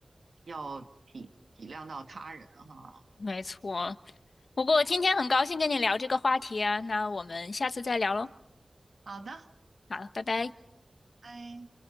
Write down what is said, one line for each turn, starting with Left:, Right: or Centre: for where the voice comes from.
Right: 要体体谅到他人哈。
Left: 没错。不过今天很高兴跟你聊这个话题啊，那我们下次再聊喽。
Right: 好的，
Left: 好，了，拜拜。
Right: 拜。